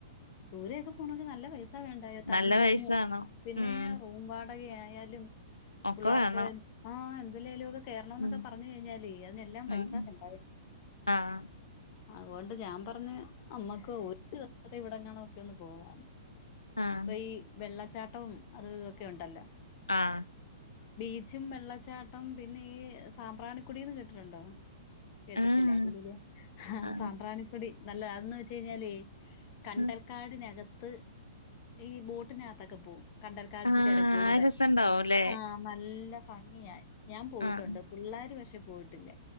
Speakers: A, on the left (about 35°); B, on the left (about 80°).
A: ദൂരൊക്കെ പോണെങ്കിൽ നല്ല പൈസ സ വേണ്ടായോ തങ്ങുന്നേന്
B: നല്ല പൈസ വേണം
A: പിന്നെ
B: ഉം
A: റൂം വാടക ആയാലും
B: ഒക്കെ
A: പിള്ളേർക്ക്
B: വേണം
A: ആഹ് എന്തല്ലേലും ലോകത്തു കേറണംന്നൊക്കെ
B: ഉം
A: പറഞ്ഞു കഴിഞ്ഞാലേ അതിനെല്ലാം പൈസ
B: ആഹ്
A: ഉണ്ടായത്
B: ആഹ്
A: അതുകൊണ്ട് ഞാൻ പറഞ് അമ്മക്ക് ഒരു ദിവസത്തെ ഇവിടെങ്ങണോക്കെ ഒന്ന് പോവാന്ന്
B: ആഹ്
A: ഇപ്പൊ ഈ വെള്ളച്ചാട്ടവും അത് ഇതൊക്കെ ഉണ്ടല്ലോ
B: ആഹ്
A: ബീച്ചും വെള്ളച്ചാട്ടം പിന്നെ ഈ സാമ്പ്രാണിക്കുടീന്ന് കേട്ടിട്ടുണ്ടോ കേട്ടിട്ടില്ലായിരിക്കുലെ
B: ആഹ് ആഹ് ആഹ്
A: സാമ്പ്രാണപ്പൊടി നല്ല അതന്ന് വെച്ച് കഴിഞ്ഞാല് കണ്ടൽക്കാടിനകത്ത്
B: ആഹ്
A: ഈ ബോട്ടിനകത്തൊക്കെ പോവും കണ്ടൽക്കാടിന്റെ
B: ആഹ്
A: ഇടേക്ക് കൂടെ
B: ആ രസണ്ടാവുംല്ലേ
A: ആഹ് നല്ല ഭംഗിയായി ഞാൻ പോയിട്ടുണ്ട്
B: ആഹ്
A: പിള്ളേർ പക്ഷെ പോയിട്ടില്ല